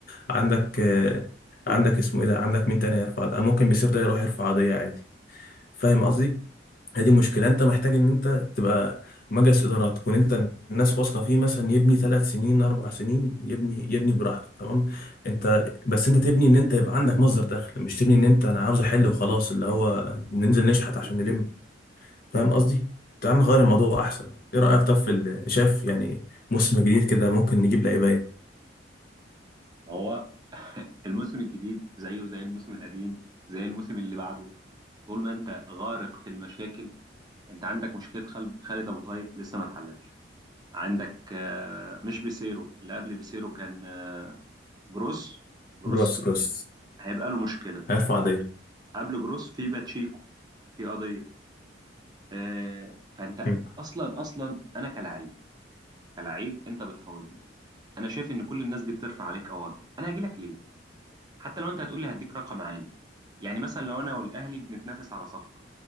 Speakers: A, on the left; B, on the right.
A: عندك آه، عندك اسمه ايه ده عندك مين تاني يرفع ده ممكن بيصير ده يروح يرفع قضيه عادي فاهم قصدي هي دي مشكلة انت محتاج ان انت تبقى مجلس ادارات تكون انت الناس واثقة فيه مثلا يبني ثلاث سنين اربع سنين يبني يبني براحته تمام انت بس انت تبني ان انت يبقى عندك مصدر دخل مش تبني ان انت انا عاوز احل وخلاص اللي هو ننزل نشحت عشان نلم فاهم قصدي؟ تعال نغير الموضوع احسن ايه رأيك طب في ال- شايف يعني موسم جديد كده ممكن نجيب لعيبة ايه؟
B: هو <laughs> الموسم الجديد زيه زي الموسم القديم زي الموسم اللي بعده طول ما انت غارق في المشاكل انت عندك مشكله خل- خالد ابو طيب لسه ما اتحلتش عندك آه، مش بيسيرو اللي قبل بيسيرو كان آه، جروس جروس
A: جروس جروس
B: هي- هيبقى له مشكله
A: هيرفع دايرة
B: قبل جروس في باتشيكو في قضيه آه، فانت
A: مم.
B: اصلا اصلا انا كلاعب كلاعب انت بتفاوضني انا شايف ان كل الناس دي بترفع عليك قواضي انا هاجي لك ليه حتى لو انت هتقول لي هديك رقم عالي يعني مثلا لو انا والاهلي بنتنافس على صفقه